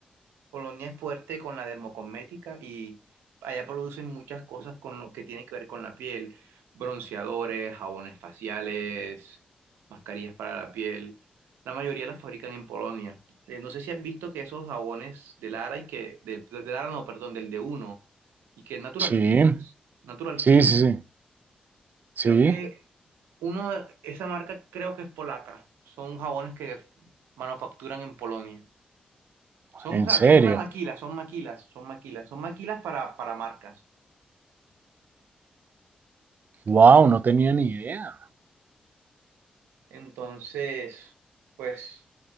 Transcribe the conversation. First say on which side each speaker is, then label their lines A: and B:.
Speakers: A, on the right (about 85°); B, on the right (about 55°).
A: Polonia es fuerte con la dermocosmética y allá producen muchas cosas con lo que tiene que ver con la piel, bronceadores, jabones faciales, mascarillas para la piel. La mayoría las fabrican en Polonia. Eh, no sé si han visto que esos jabones de Lara y que del, de Lara no, perdón, del de Uno y que Natural
B: Sí,
A: Feelings, Natural
B: sí,
A: Feelings,
B: sí, sí. Sí,
A: creo que uno esa marca creo que es polaca. Son jabones que manufacturan en Polonia. Son,
B: en
A: o sea,
B: serio.
A: son una maquila, son maquilas, son maquilas, son maquilas para, para marcas.
B: Wow, no tenía ni idea.
A: Entonces, pues,